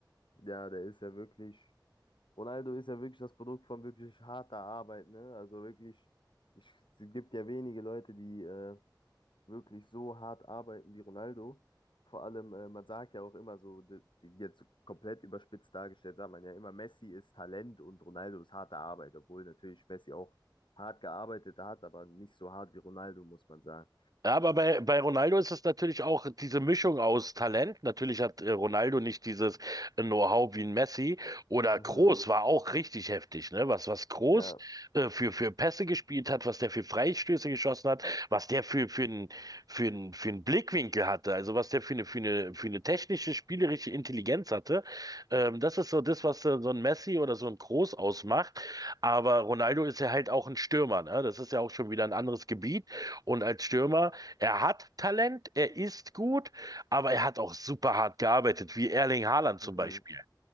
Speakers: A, on the left; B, on the right.
A: Ja, der ist ja wirklich. Ronaldo ist ja wirklich das Produkt von wirklich harter Arbeit, ne? Also wirklich, ich, es gibt ja wenige Leute, die äh, wirklich so hart arbeiten wie Ronaldo. Vor allem, äh, man sagt ja auch immer so, die, die jetzt komplett überspitzt dargestellt, sagt man ja immer, Messi ist Talent und Ronaldo ist harte Arbeit, obwohl natürlich Messi auch hart gearbeitet hat, aber nicht so hart wie Ronaldo, muss man sagen.
B: Ja, aber bei, bei Ronaldo ist es natürlich auch diese Mischung aus Talent. Natürlich hat äh, Ronaldo nicht dieses äh, Know-how wie ein Messi. Oder
A: Mhm.
B: Kroos war auch richtig heftig, ne? Was, was Kroos
A: Ja.
B: äh, für, für Pässe gespielt hat, was der für Freistöße geschossen hat, was der für, für einen, für einen, für einen Blickwinkel hatte, also was der für eine, für eine, für eine technische, spielerische Intelligenz hatte. Ähm, das ist so das, was äh, so ein Messi oder so ein Kroos ausmacht. Aber Ronaldo ist ja halt auch ein Stürmer, ne? Das ist ja auch schon wieder ein anderes Gebiet. Und als Stürmer er hat Talent, er ist gut, aber er hat auch super hart gearbeitet, wie Erling Haaland zum
A: Mhm.
B: Beispiel.